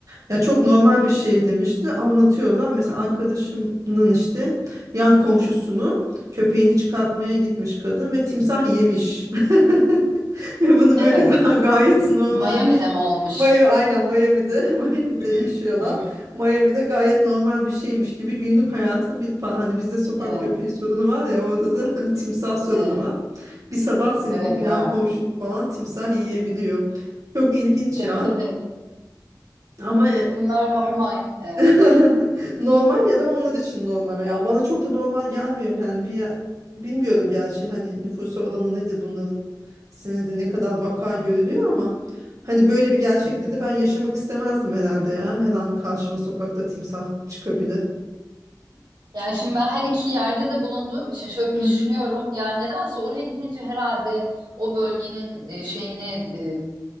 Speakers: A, on the right (about 50°); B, on the right (about 75°).
A: Ya çok normal bir şey demişti. Anlatıyorlar. Mesela arkadaşımın işte yan komşusunu köpeğini çıkartmaya gitmiş kadın ve timsah yemiş. <laughs> <laughs> Ve bunu
B: Evet.
A: böyle ga- gayet normalmiş.
B: Miami'de mi olmuş?
A: Maya, aynen Miami'de, <laughs> Miami'de
B: Hı hı.
A: yaşıyorlar.
B: Hı hı.
A: Miami'de gayet normal bir şeymiş gibi günlük hayatın bir pa- hani bizde sokak
B: Evet,
A: köpeği sorunu var ya orada da <laughs> timsah sorunu
B: evet,
A: var. Bir sabah senin
B: evet
A: yan
B: var.
A: komşunu falan timsah yiyebiliyor. Çok ilginç
B: Tabii
A: ya.
B: tabii.
A: Ama e,
B: Bunlar normal. Evet.
A: <laughs> Normal ya da onlar için normal ya. Bana çok da normal gelmiyor yani bir yer- bilmiyorum gerçi hani nüfusa oranı nedir bunların senede ne kadar vaka görülüyor ama hani böyle bir gerçekliği
B: <laughs>
A: de ben yaşamak istemezdim herhalde ya. Her an karşıma sokakta timsah çıkabilir.
B: Yani şimdi ben her iki yerde de bulunduğum için şöyle bir
A: Hı
B: düşünüyorum.
A: hı.
B: Ya nedense oraya gidince herhalde o bölgenin e, şeyini